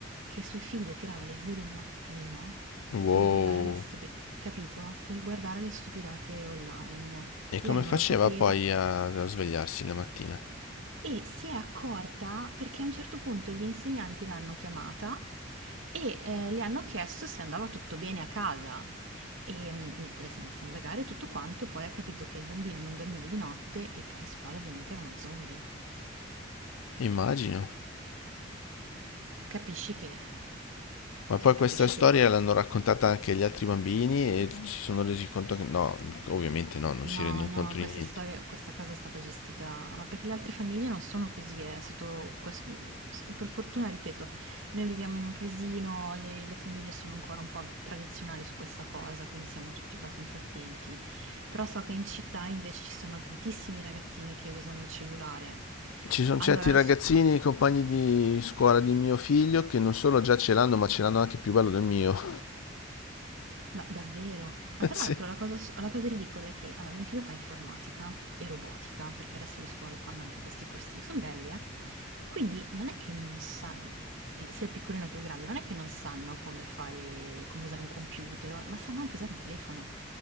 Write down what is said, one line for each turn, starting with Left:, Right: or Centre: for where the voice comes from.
Right: che suo figlio tirava le due del mattino
Left: Wow.
Right: per guardare le stupi- capito? Per guardare le stupidate online.
Left: E
Right: Lei
Left: come
Right: non
Left: faceva
Right: lo sapeva
Left: poi a, a svegliarsi la mattina?
Right: e si è accorta perché a un certo punto gli insegnanti l'hanno chiamata e eh, le hanno chiesto se andava tutto bene a casa. E mm, niente, lei si è messa a indagare tutto quanto e poi ha capito che il bambino non dormiva di notte e poi a scuola ovviamente era uno zombie.
Left: Immagino.
Right: capisci che, eh,
Left: Ma poi
Right: cioè,
Left: questa
Right: capisci
Left: storia
Right: che poi
Left: l'hanno raccontata anche agli altri bambini e si sono resi conto che no, ovviamente no, non
Right: no,
Left: si rendono
Right: no,
Left: conto
Right: questa
Left: di niente.
Right: storia, questa cosa è stata gestita, ma perché le altre famiglie non sono così, è stato, quest- mm, per fortuna, ripeto, noi viviamo in un paesino, le, le famiglie sono ancora un po' tradizionali su questa cosa, quindi siamo tutti abbastanza attenti, però so che in città invece ci sono tantissimi ragazzini che usano il cellulare.
Left: Ci sono
Right: Allora,
Left: certi
Right: la
Left: ragazzini,
Right: scu-
Left: compagni di scuola di mio figlio, che non solo già ce l'hanno, ma ce l'hanno anche più bello del mio.
Right: Ma davvero? Ma
Left: <laughs>
Right: tra
Left: Sì.
Right: l'altro la cosa s la cosa ridicola è che allora mio figlio fa informatica e robotica, perché adesso le scuole fanno anche questi corsi, son belli eh, quindi non è che non sa mhmm, sia il piccolino che il grande, non è che non sanno come fare come usare un computer o ma sanno anche usare un telefono.